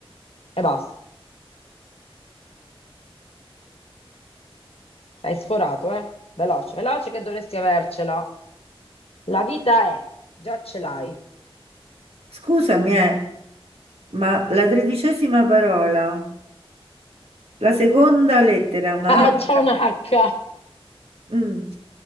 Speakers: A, on the left; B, on the right.
A: e basta. Hai sforato, eh? Veloce, veloce che dovresti avercela. La vita è, già ce l'hai. <laughs>
B: Scusami, eh, ma la tredicesima parola, la seconda lettera è una
A: Ah, c'è
B: H.
A: un H.
B: Mm,